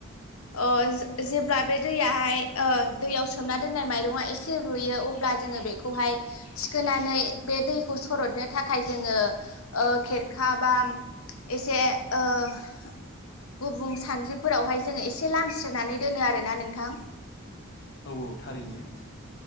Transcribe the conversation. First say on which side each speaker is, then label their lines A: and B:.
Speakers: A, on the left; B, on the left.
A: अ जे जेब्ला बे दैयाहाय ओ दैयाव सो सोमना दोननाय माइरङा एसे रुयो अब्ला जोङो बेखौहाय थिखोनानै बे दैखौ सरदनो थाखाय जोङो ओ खेरखा बा एसे ओ गुबुं सानद्रिफोरावहाय जोङो एसे लामस्रोनानै दोनो आरोना नोंथां
B: औ औ थारैनो